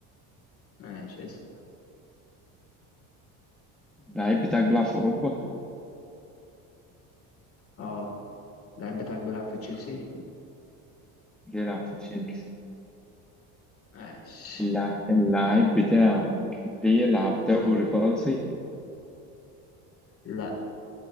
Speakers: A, on the left; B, in the centre.
A: ماشي اسأل
B: اللعيب بتاعك بيلعب في أوروبا؟
A: اه اللعيب بتاعك بيلعب في تشيلسي
B: بيلعب في تشيلسي
A: ماشي
B: اللع- اللعيب بتاعك بيلعب دوري فرنسي؟
A: لا